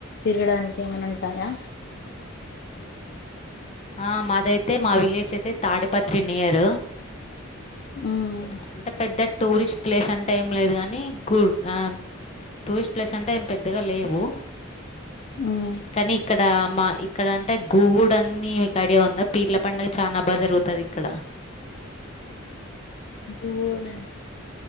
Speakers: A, on the left; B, on the left.
A: తిరగడానికి ఏమైనా ఉంటాయా
B: ఆ మాదైతే మా విలేజ్ అయితే తాడిపత్రి నియరు
A: మ్మ్
B: అంత పెద్ద టూరిస్ట్ ప్లేస్ అంటే ఏం లేదు గానీ కుర్ ఆ టూరిస్ట్ ప్లేస్ అంటే ఏం పెద్దగా లేవు
A: మ్మ్
B: కనీ ఇక్కడ మా ఇక్కడ అంటే గూగుడు అన్ని మిక్ ఐడియ ఉందా పీర్ల పండగ చాన బాగ జరుగుతది ఇక్కడ
A: గోడ <inaudible>